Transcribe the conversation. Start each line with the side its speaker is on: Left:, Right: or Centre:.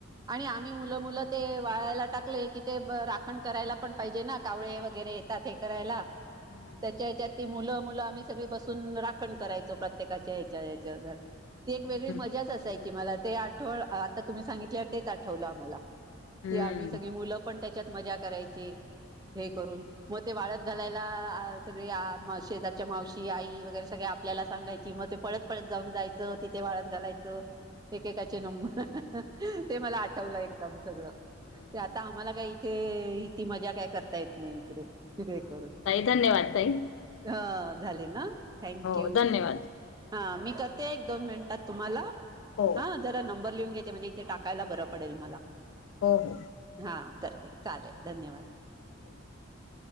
Right: आणि आम्ही मुलं मुलं ते वायला... टाकले की ते राखण करायला पण पाहिजे ना कावळे वगैरे येतात हे करायला...
Left: हम्म.
Right: त्याच्या हच्यात ती मुलं... मुलं आम्ही सगळी बसून राखण करायचो प्रत्येकाच्या ह्याच्या ह्याच्या घर ती एक वेगळी
Left: हम्म.
Right: मजाच असायची मला ते आठवण आता तुम्ही सांगितल्या तेच आठवलं आम्हाला.
Left: हम्म.
Right: की आम्ही सगळी मुलं पण त्याच्यात मजा करायची
Left: हम्म.
Right: हे करून. मग ते वाळत घालायला सगळे शेजारच्या मावशी आई वगैरे सगळे आपल्याला सांगायची म. ते पळत पळत जाऊन जायचं तिथे वाळत घालायचं. एकेकाचे नंबर ते मला आठवलं एकदम सगळं.
Left: हम्म.
Right: ते आता आम्हाला काही इथे इती मजा काय करता येत नाही इकडे.
Left: चालेल.
Right: करून,
Left: ताई धन्यवाद ताई.
Right: हा. झाले ना, थँंक
Left: हो
Right: यू,
Left: धन्यवाद.
Right: हा मी करते एक दोन मिनटात तुम्हाला.
Left: हो.
Right: हा जरा नंबर लिहून घेते म्हणजे इथे टाकायला बरं पडेल मला.
Left: हो हो.
Right: हा करते चालेल धन्यवाद.
Left: <inaudible>